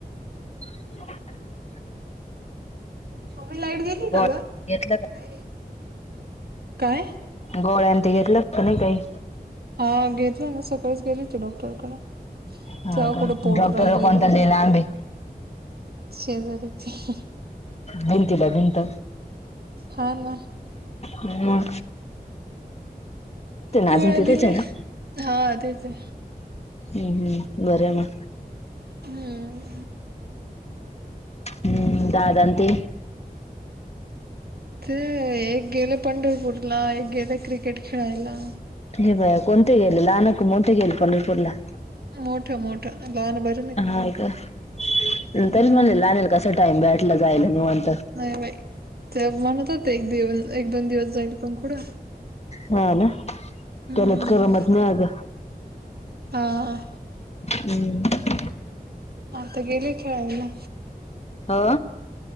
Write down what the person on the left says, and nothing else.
<unintelligible>
गोळ
घेतलं का?
गोळ्यान ते घेतलं तुम्ही काई
हा
का
डॉक्टर
कोणता
दिला आंबे
भिंतीला भिंत
म
अजून तिथंच
आहे ना?
हूं हूं बरंय म
हूं दादांन ते
ये बया कोणत गेले? लहान का मोठ गेले पंढरपूरला?
हाय का तरीच
म्हणले लान्याला कसा टाइम भेटला जायला निवांत
हा ना
त्यालाच करमत नाय अग
<unintelligible>
हा!